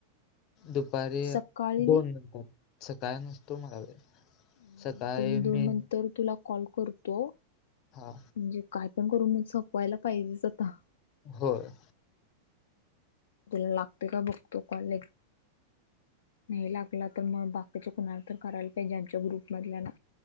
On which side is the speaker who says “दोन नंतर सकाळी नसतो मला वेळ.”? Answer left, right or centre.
Left